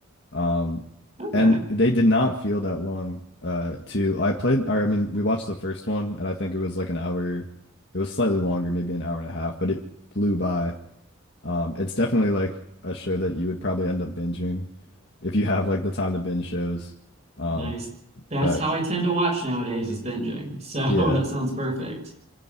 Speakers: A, on the left; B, on the right.
A: Um,
B: Okay.
A: and they did not feel that long. Uh, to I played or I mean we watched the first one and I think it was like an hour. It was slightly longer, maybe an hour and a half, but it flew by. Um, it's definitely like a show that you would probably end up binging if you have like the time to binge shows. Um,
B: Nice. That's
A: but
B: how I tend to watch nowadays is binging. So
A: yeah,
B: <laughs> that sounds perfect.